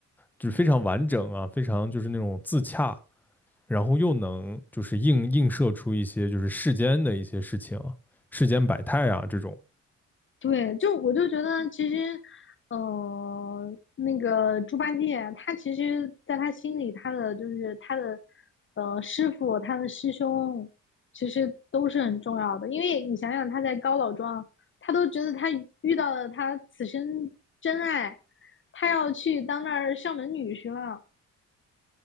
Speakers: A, in the centre; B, on the left (about 40°).
A: 就是非常完整啊，非常就是那种自洽，然后又能就是映映射出一些就是世间的一些事情啊，世间百态啊这种。
B: 对，就我就觉得其实，呃，那个猪八戒他其实在他心里，他的就是他的，呃，师傅，他的师兄，其实都是很重要的。因为你想想，他在高老庄，他都觉得他遇到了他此生真爱，他要去当那儿上门女婿了。